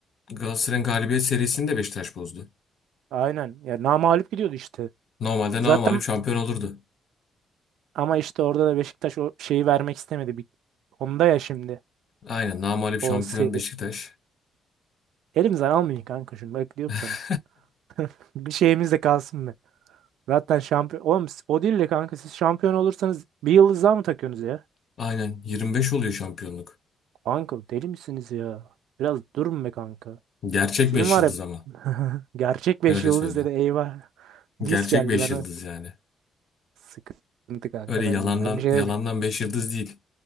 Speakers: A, on the left (about 55°); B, on the right (about 80°).
A: Galatasaray'ın galibiyet serisini de Beşiktaş bozdu.
B: aynen ya namağlup gidiyordu işte.
A: Normalde
B: Zaten
A: namağlup şampiyon olurdu.
B: ama işte orada da Beşiktaş o şeyi vermek istemedi. Bir, onda ya şimdi
A: Aynen namağlup şampiyon
B: o seri.
A: Beşiktaş.
B: Elimizden almayın kanka şunu bak diyorum
A: <laughs>
B: sana. <laughs> Bir şeyimiz de kalsın be. Zaten şampiyon. Oğlum siz- o değil de kanka siz şampiyon olursanız bir yıldız daha mı takıyorsunuz ya?
A: Aynen 25 oluyor şampiyonluk.
B: Kanka deli misiniz ya? Biraz durun be kanka.
A: Gerçek
B: Sizin
A: 5
B: var
A: yıldız
B: ya
A: ama.
B: <laughs> gerçek beş
A: Öyle
B: yıldız
A: söyleyeyim.
B: dedi eyvah.
A: Gerçek
B: Disk geldi
A: 5
B: ben
A: yıldız yani.
B: Sıkıntı kanka
A: Öyle
B: ben
A: yalandan
B: diyeyim. Ben bir şey
A: yalandan
B: demiyorum.
A: beş yıldız değil.